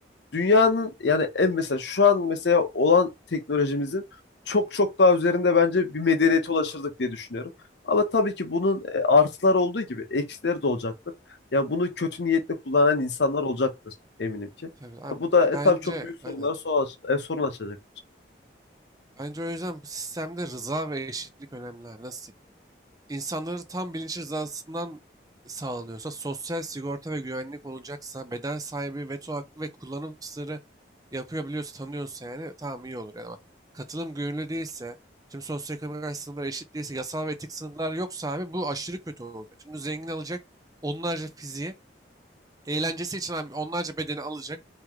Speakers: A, on the left; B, on the right.
A: dünyanın yani en mesela şu an mesela olan teknolojimizin çok çok daha üzerinde bence bir medeniyete ulaşırdık diye düşünüyorum. Ama tabii ki bunun e, artıları olduğu gibi eksileri de olacaktır. Ya bunu kötü niyetle kullanan insanlar olacaktır eminim ki.
B: Tabii abi
A: Ya bu da e,
B: bence
A: tabii çok büyük sorunlara
B: aynen.
A: so- e, sorun açacak.
B: Bence o yüzden bu sistemde rıza ve eşitlik önemli abi. Nasıl diyeyim? İnsanların tam bilinç rızasından sağlanıyorsa, sosyal sigorta ve güvenlik olacaksa, beden sahibi veto hakkı ve kullanım sırrı yapabiliyorsa, tanıyorsa yani tamam iyi olur yani ama katılım gönüllü değilse, tüm sosyoekonomik sınırlar eşit değilse, yasal ve etik sınırlar yoksa abi bu aşırı kötü olacak. Çünkü zengin alacak onlarca fiziği, eğlencesi için abi onlarca bedeni alacak,